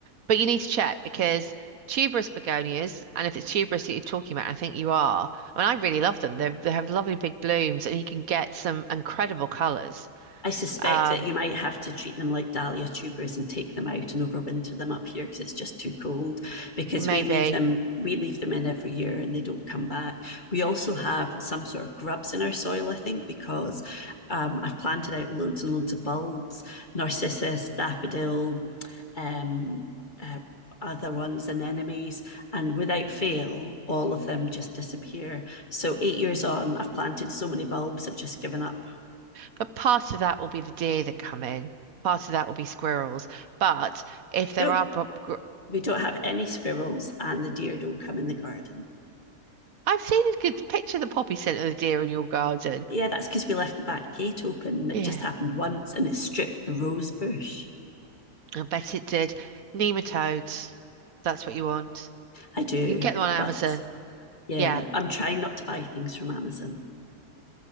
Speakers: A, on the right; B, on the left.
A: but you need to check because tuberous begonias, and if it's tuberous that you're talking about, I think you are. I mean, I really love them. They they have lovely big blooms, and you can get some incredible colours.
B: I suspect
A: Um,
B: that you might have to treat them like dahlia tubers and take them out and overwinter them up here because it's just too cold. Because
A: maybe,
B: we leave them, we leave them in every year and they don't come back. We also have some sort of grubs in our soil, I think, because um, I've planted out loads and loads of bulbs, narcissus, daffodil, um, uh, other ones anemones And without fail, all of them just disappear. So, eight years on, I've planted so many bulbs, I've just given up.
A: but part of that will be the deer that come in. Part of that will be squirrels. But if there
B: Nope,
A: are, bo- gr-
B: We don't have any squirrels, and the deer don't come in the garden.
A: I've seen a good picture of the poppy scent of the deer in your garden.
B: Yeah, that's because we left the back gate open. It
A: Yeah,
B: just happened once and it stripped the rose bush.
A: I bet it did. Nematodes. That's what you want.
B: I do,
A: You can get them on Amazon.
B: but yeah,
A: Yeah.
B: I'm trying not to buy things from Amazon.